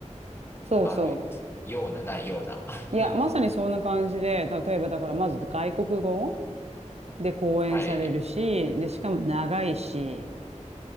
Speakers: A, on the right; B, on the left.
A: そうそ
B: あるような、ないような。
A: う。いや、
B: <laughs>
A: まさにそんな感じで、例えばだから、まず外国語。で、講演されるし、
B: はい。
A: で、しかも長いし、